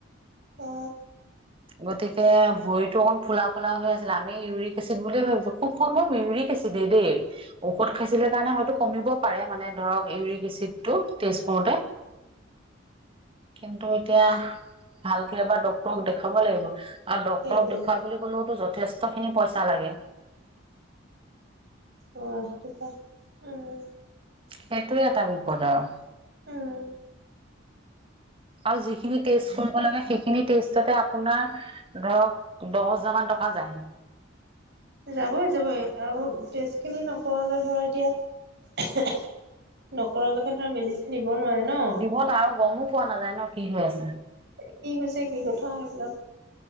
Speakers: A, on the right; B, on the right.
A: অ
B: গতিকে- ভৰিতো অকণ ফুলা-ফুলা হৈ আছিলে, আমি ইউৰিক এছিড বুলিয়ে ভাবিছোঁ- খুব কম ইউৰিক এছিড, দেই ঔষধ খাই। আছিলে কাৰণে হয়তো কমিব পাৰে, মানে ধৰক ইউৰিক এছিডটো টেষ্ট কৰোঁতে, কিন্তু এতিয়া ভালকে এবাৰ ডাক্তৰক দেখাব লাগিব। আৰু ডাক্তৰক
A: সেইটোৱে
B: দেখুৱাওক বুলি ক'লেও। যথেষ্টখিনি পইচা লাগে।
A: অহ', তেতিয়া ওম'।
B: সেইটোৱে এটা বিপদ, আৰু।
A: উম'
B: আৰু যিখিনি টেষ্ট কৰিব লাগে, সেইখিনি টেষ্ট। পিছতে আপোনাৰ ধৰক দহ হাজাৰ মান টকা যায়
A: যাবই যাবই আৰু টেষ্ট খিনি নকৰালে ধৰা এতিয়া নকৰালৈকে ধৰা মেডিচিন দিব নোৱাৰে ন
B: দিব আৰু গমো পোৱা নাযায় ন কি হৈ আছে
A: কি হৈছে কি কথা এইবিলাক